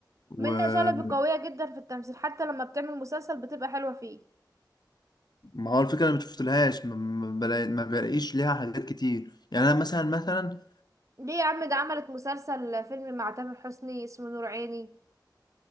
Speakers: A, on the left (about 65°); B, on the right (about 45°).
A: وما
B: منة شلبي قوية جدا في التمثيل حتى لما بتعمل مسلسل بتبقى حلوة فيه
A: هو الفكره انا ما شفتلهاش ما ما بلا- ما بلاقيش ليها حاجات كتير يعني انا مثلا مثلا
B: ليه يا عم ده عملت مسلسل فيلم مع تامر حسني اسمه نور عيني